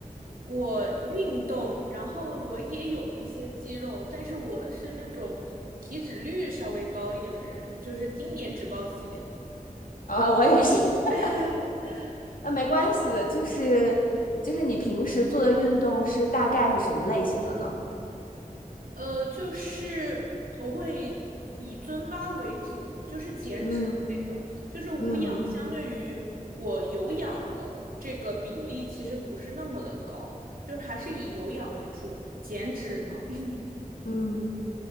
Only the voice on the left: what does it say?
<laughs> 啊，我也是。<laughs>
那没关系的，就是就是你平时做的运动是大概是什么类型的呢？
嗯
嗯
嗯。